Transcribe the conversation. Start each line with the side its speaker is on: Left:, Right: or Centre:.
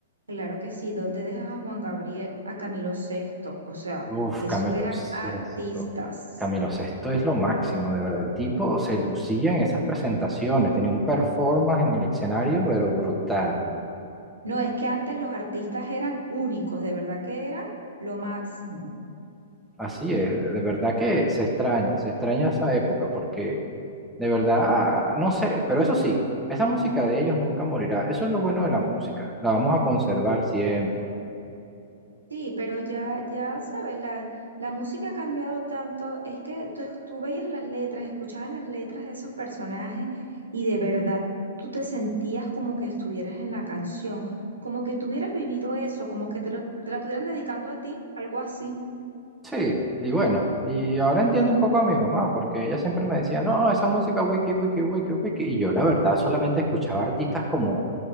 Right: Claro que sí. ¿Dónde dejas a Juan Gabriel, a Camilo Sesto? O sea,
Centre: Uf,
Right: esos
Centre: Camilo
Right: eran
Centre: Sesto.
Right: artistas.
Centre: Camilo Sesto es lo máximo, de verdad. El tipo se lucía en esas presentaciones, tenía un performance en el escenario, pero brutal.
Right: No, es que antes los artistas eran únicos, de verdad que eran lo máximo.
Centre: Así es, de verdad que se extraña, se extraña esa época, porque de verdad, no sé, pero eso sí, esa música de ellos nunca morirá. Eso es lo bueno de la música, la vamos a conservar siempre.
Right: Sí, pero ya, ya sabes, la, la música ha cambiado tanto, es que tú, tú veías las letras, escuchabas las letras de esos personajes y de verdad tú te sentías como que estuvieras en la canción, como que tuvieras vivido eso, como que te lo, te la estuvieran dedicando a ti, algo así.
Centre: Sí, y bueno, y ahora entiendo un poco a mi mamá, porque ella siempre me decía, no, esa música wiki, wiki, wiki, wiki, y yo la verdad solamente escuchaba artistas como...